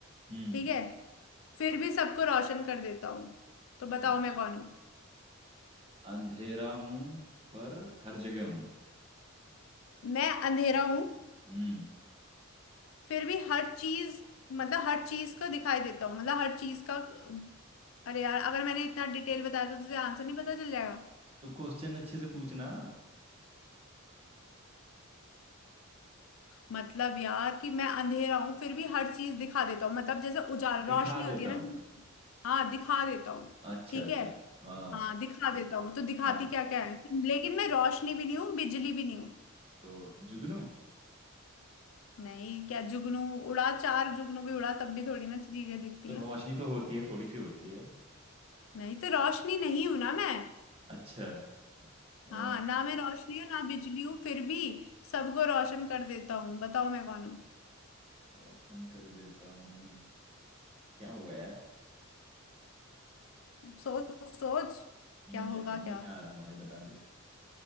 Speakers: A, on the right; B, on the left.
A: हम्म
B: ठीक है फिर भी सबको रोशन कर देता हूँ तो बताओ
A: अच्छा
B: मैं कौन हूँ
A: अंधेरा हूँ पर हर जगह हूँ
B: मैं अंधेरा हूँ
A: हम्म
B: फिर भी हर चीज मतलब हर चीज का दिखाई देता हूँ मतलब हर चीज का अरे यार अगर मैंने इतना डिटेल बताया था तो तुझे आंसर नहीं पता चल जाएगा
A: तो क्वेश्चन अच्छे से पूछना
B: मतलब यार कि मैं अंधेरा हूं फिर भी हर चीज दिखा देता हूँ मतलब जैसे उजाला
A: दिखा
B: रोशनी
A: देता
B: होती है ना
A: हूँ
B: किसी की, हाँ दिखा देता हूँ
A: अच्छा
B: ठीक
A: अच्छा
B: है
A: हाँ
B: हाँ दिखा देता हूँ तो दिखाती
A: हाँ
B: क्या क्या है लेकिन मैं रोशनी भी नहीं हूँ बिजली भी नहीं हूँ
A: तो जुगनू
B: नहीं क्या जुगनू उड़ा चार जुगनू भी उड़ा तब भी थोड़ी ना चीजें दिखती
A: तो
B: हैं
A: रोशनी तो होती है थोड़ी सी होती है
B: नहीं तो रोशनी नहीं हूं ना मैं
A: अच्छा अ,
B: हाँ ना मैं रोशनी हूँ ना बिजली हूँ फिर भी सबको रोशन कर देता हूँ बताओ मैं कौन हूँ
A: रोशन कर देता हूँ क्या होगा यार
B: सोच सोच
A: नहीं
B: क्या होगा
A: यार नहीं
B: क्या
A: आ रहा भाई बता दे